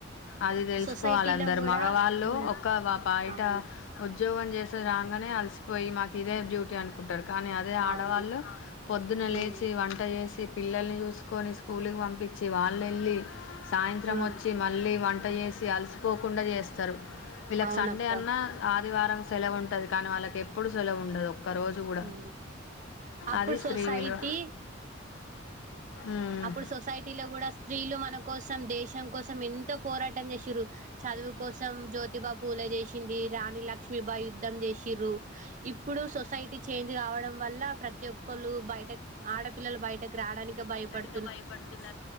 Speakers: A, on the left; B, on the right.
A: అది తెలుసుకోవాలి
B: సొసైటీలో
A: అందరు
B: కూడా
A: మగవాళ్ళు
B: ఉమ్
A: ఒక వ బయట
B: అవును
A: ఉద్యోగం చేస్ ఇట్లా రాంగానే అలిసిపోయి మాకు ఇదే డ్యూటీ అనుకుంటారు. కానీ అదే ఆడవాళ్ళు
B: అవును
A: పొద్దున లేచి
B: ఉమ్
A: వంట చేసి పిల్లల్ని చూసుకొని స్కూల్ కి పంపి చ్చి వాళ్ళెళ్లి సాయంత్రం
B: ఉమ్
A: వచ్చి మళ్ళీ వం ట చేేసి అలసిపోకుండా చేస్తారు వీళ్లకు
B: అవునక్క
A: సండే అన్న ఆదివారం సెలవు ఉంటది కానీ వాళ్ళకి ఎప్పుడు సెలవు ఉండదు. ఒక్క రోజు కూడా
B: హ్మ్ అప్పుడు
A: అది స్త్రీ
B: సొసైటీ
A: విలువ ఉమ్.
B: అప్పుడు సొసైటీలో అప్పుడు కూడా స్త్రీలు మన కోసం దేశం కోసం ఎంతో పోరాటం చేసిర్రు. చదువు కోసం జ్యోతిబా పూలే చేసింది రాణి లక్ష్మిీబాయ్ యుద్ధం చేసిర్రు. ఇప్పుడు సొసైటీ చేంజ్ కావడం వల్ల ప్రతి ఒక్కళ్లు బయట ఆడపిల్లలు బయటకు రాడానికి భయపడ్
A: <unintelligible> భయపడుతున్